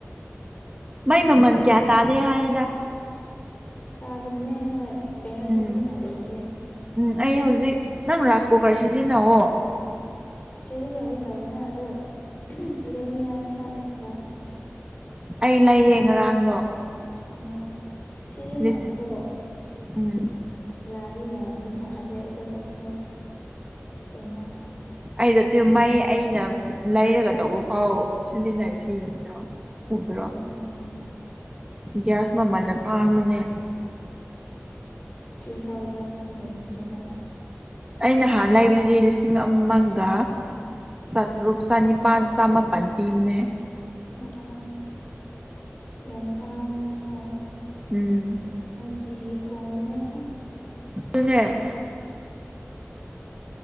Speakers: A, on the right; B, on the left.
A: ꯎꯝ ꯏ ꯃꯃꯟ ꯀꯌꯥ ꯇꯥꯗꯦ ꯍꯥꯏꯗ
B: ꯑꯗꯨꯅꯦ ꯍꯣꯏ ꯀꯩꯅꯣ
A: ꯎꯝ
B: ꯁꯤꯖꯤꯟꯅꯗ꯭ꯔꯗꯤ
A: ꯎꯝ ꯑꯩ ꯍꯧꯖꯤꯛ ꯅꯪ ꯔꯥꯏꯁ ꯀꯨꯀꯔ ꯁꯤꯖꯤꯟꯅꯑꯣ
B: ꯁꯤꯖꯤꯟꯅꯈꯤꯦ ꯇꯧꯅꯦ ꯑꯗꯣ ꯂꯩꯅꯤꯡꯉꯥꯏ ꯄꯩꯁꯥ ꯂꯩꯇꯕ
A: ꯑꯩ ꯂꯩꯌꯦ ꯉꯔꯥꯡꯗꯣ
B: ꯑꯣ ꯁꯤꯖꯤꯟꯅꯕꯗꯣ
A: ꯂꯤꯁ ꯎꯝ
B: ꯌꯥꯗꯤ ꯌꯥꯗꯕ ꯃꯥꯜꯂꯦ ꯑꯗꯨ ꯑꯣꯏꯔꯁꯨ ꯀꯩꯅꯣ
A: ꯑꯩꯗꯠꯇꯦ
B: ꯎꯕꯗ
A: ꯃꯩ ꯑꯩꯅ ꯂꯩꯔꯒ ꯇꯧꯕ ꯐꯥꯎ ꯁꯤꯖꯤꯟꯅꯔꯤꯁꯤ ꯌꯦꯡꯗ꯭ꯔꯣ ꯎꯗ꯭ꯔꯣ
B: ꯑꯗꯨꯗꯟꯅ
A: ꯒ꯭ꯌꯥꯁ ꯃꯃꯜꯅ ꯇꯥꯡꯕꯅꯦ
B: ꯊ꯭ꯔꯤ ꯊꯥꯎꯖꯟ ꯍꯗ꯭ꯔꯥ
A: ꯑꯩꯅꯍꯥꯟꯅ ꯂꯩꯕꯗꯤ ꯂꯤꯁꯤꯡ ꯑꯃꯒ ꯆꯥꯇ꯭ꯔꯨꯛ ꯆꯅꯤꯄꯥꯟ ꯆꯃꯥꯄꯜ ꯇꯤꯝꯅꯦ
B: ꯑꯣ ꯌꯥꯝ ꯇꯥꯡꯉꯦꯀꯣ
A: ꯎꯝ
B: ꯅꯨꯡꯇꯤ ꯊꯣꯡꯕꯅꯦ ꯑꯁ
A: ꯁꯨꯅ